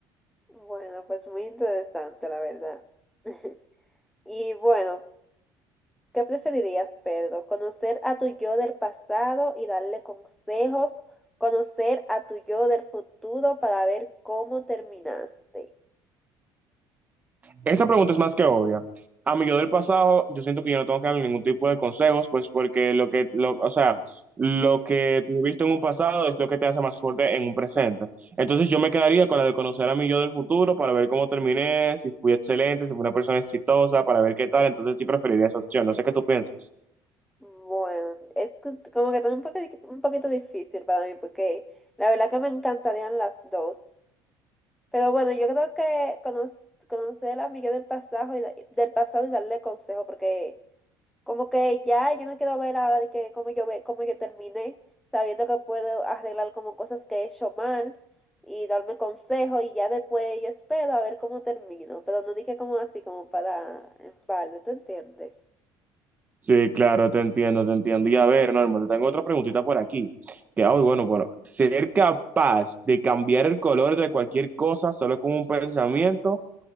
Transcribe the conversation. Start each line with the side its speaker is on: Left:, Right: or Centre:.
Centre: Bueno, pues muy interesante, la verdad. <laughs> Y bueno, ¿qué preferirías, Pedro? ¿Conocer a tu yo del pasado y darle consejos? ¿Conocer a tu yo del futuro para ver cómo terminaste?
Right: Esta pregunta es más que obvia. A mi yo del pasado, yo siento que yo no tengo que darle ningún tipo de consejos, pues porque lo que, lo, o sea, lo que tuviste en un pasado es lo que te hace más fuerte en un presente. Entonces yo me quedaría con la de conocer a mi yo del futuro para ver cómo terminé, si fui excelente, si fui una persona exitosa, para ver qué tal. Entonces sí preferiría esa opción. No sé qué tú piensas.
Centre: Bueno, es co- como que también un poquito, un poquito difícil para mí porque la verdad que me encantarían las dos. Pero bueno, yo creo que cono- conocer a mi yo del pasado y, da- del pasado y darle consejo porque... Como que ya, yo no quiero ver ahora de que cómo yo ve, cómo yo terminé, sabiendo que puedo arreglar como cosas que he hecho mal y darme consejo y ya después yo espero a ver cómo termino, pero no dije como así como para en balde, ¿tú entiendes?
Right: Sí, claro, te entiendo, te entiendo. Y a ver, Norma, te tengo otra preguntita por aquí. Que, ay, bueno, bueno, ser capaz de cambiar el color de cualquier cosa solo con un pensamiento